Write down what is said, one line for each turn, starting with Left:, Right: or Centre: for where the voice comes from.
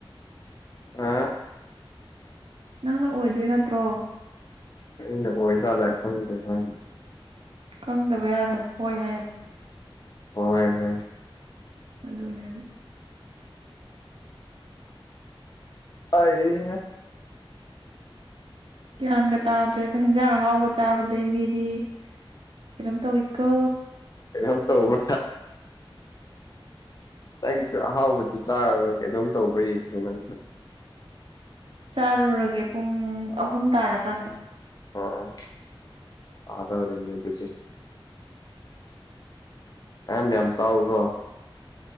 Left: ꯑ
Right: ꯅꯪꯅ ꯑꯣꯏꯗꯣꯏ ꯅꯠꯇ꯭ꯔꯣ
Left: ꯑ ꯑꯣꯏꯖꯥꯗꯥ ꯈꯪꯂꯗꯦꯅꯦ
Right: ꯈꯪꯗꯕ ꯌꯥꯔꯣꯏ ꯍꯣꯏ ꯍꯥꯏꯌꯣ
Left: ꯍꯣꯏ ꯍꯣꯏ
Right: ꯑꯗꯨꯅꯦꯕ
Left: ꯑꯩ
Right: ꯒ꯭ꯌꯥꯟꯒ ꯇꯥꯗ꯭ꯔꯦꯗ ꯍꯤꯟꯖꯥꯡ ꯑꯍꯥꯎꯕ ꯆꯥꯕꯗꯩ ꯃꯤꯗꯤ ꯀꯩꯅꫭꯝ ꯇꯧꯏ ꯀꯣ
Left: ꯀꯩꯅꫭꯝ ꯇꯧꯕ ꯑꯩꯒꯤꯁꯨ ꯑꯍꯥꯎꯕꯁꯨ ꯆꯥꯔꯒ ꯀꯩꯗꯣꯝ ꯇꯧꯕ꯭ꯔꯥ ꯌꯦꯡꯁꯦ ꯅꯪꯁꯨ
Right: ꯆꯥꯔꯨꯔꯒꯦ ꯄꯨꯡ ꯑꯍꯨꯝ ꯇꯥꯔꯀꯥꯟꯗ
Left: ꯑꫭ ꯑꫭ ꯇꯥꯗꯧꯔꯦꯅꯦ ꯑꯗꯨꯗꯤ ꯃꯌꯥꯝ ꯌꯥꯝ ꯆꯥꯎ ꯀꫭ